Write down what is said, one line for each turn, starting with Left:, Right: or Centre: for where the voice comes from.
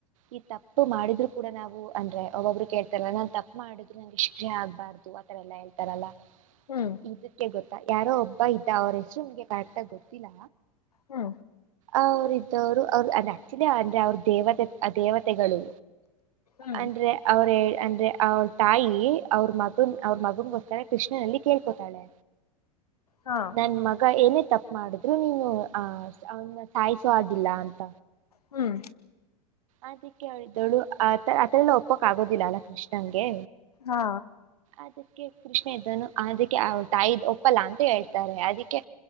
Right: ಈ ತಪ್ಪು ಮಾಡಿದ್ರು ಕೂಡ ನಾವು ಅಂದ್ರೆ ಒಬ್ಬೊಬ್ರು ಕೇಳ್ತಾರಲ್ಲ ನಾನ್ ತಪ್ಪ ಮಾಡಿದ್ರು ನಂಗ ಶಿಕ್ಷೆ ಆಗ್ಬಾರ್ದು ಆತರಾ ಎಲ್ಲ ಹೇಳ್ತಾರಲ್ಲಾ.
Left: ಹ್ಮ್
Right: ಇದಕ್ಕೆ ಗೊತ್ತಾ ಯಾರೋ ಒಬ್ಬ ಇದ್ದ ಅವ್ರ ಹೆಸರು ನಿಮ್ಗೆ ಕರೆಕ್ಟಾಗಿ ಗೊತ್ತಿಲ್ಲ
Left: ಹ್ಮ
Right: ಅವ್ರ ಇದವ್ರು ಅವ್ರ ಅಂದ ಆಕ್ಚುಲಿ ಅಂದ್ರೆ ಅವ್ರ ದೇವತೆ ಆ ದೇವತೆಗಳು
Left: ಹ್ಮ್
Right: ಅಂದ್ರೆ ಅವ್ರ ಹೇಳಿದ್ ಅಂದ್ರೆ ಅವ್ರ ತಾಯಿ ಅವ್ರ ಮಗನ್ ಅವ್ರ ಮಗನ್ಗೋಸ್ಕರ ಕೃಷ್ಣನಲ್ಲಿ ಕೇಳ್ಕೋತಾಳೆ.
Left: ಹಾ
Right: ನನ್ ಮಗ ಏನೇ ತಪ್ಪ ಮಾಡಿದ್ರು ನೀನು ಆ ಅವನ್ನ ಸಾಯಿಸೊ ಹಾಗಿಲ್ಲ ಅಂತ.
Left: ಹ್ಮ್
Right: ಅದಿಕ್ಕೆ ಅವಳಿದ್ದವಳು ಆ ಆತರ ಎಲ್ಲ ಒಪ್ಪಕೊಕ್ ಆಗೋದಿಲ್ಲ ಅಲ್ಲಾ ಕೃಷ್ಣನ್ಗೆ.
Left: ಹಾ
Right: ಅದಕ್ಕೆ ಕೃಷ್ಣ ಇದ್ದೋನು ಅದಕ್ಕೆ ಅವ್ರ ತಾಯಿ ಒಪ್ಪಲ್ಲ ಅಂತ ಹೇಳ್ತಾರೆ ಅದಕ್ಕೆ